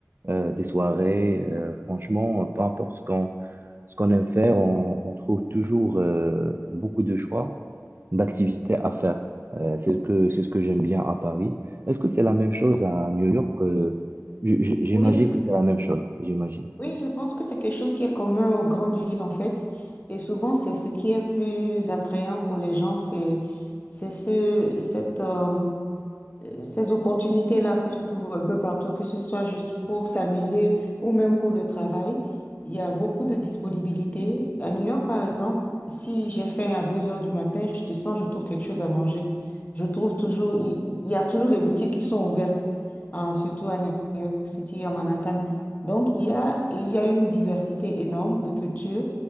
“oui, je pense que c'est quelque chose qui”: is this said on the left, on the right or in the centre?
Left